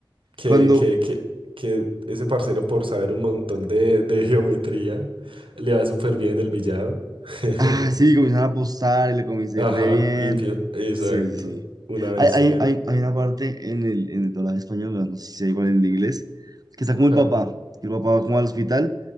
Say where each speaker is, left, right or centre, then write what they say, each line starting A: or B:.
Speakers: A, on the right; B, on the right.
A: Que,
B: Cuando,
A: que, que, que ese parcero por saber un montón de, de geometría le va súper bien el billar. <laughs>
B: ah, sí, comienzan a apostar y le comienza
A: Ajá,
B: a ir re bien.
A: y empieza, exacto,
B: Sí, sí, sí.
A: una bestia.
B: Hay, hay, hay, hay una parte en el, en el doblaje español, bueno, no sé si sea igual en el inglés, que está como el
A: Ajá,
B: papá, que el papá va como al hospital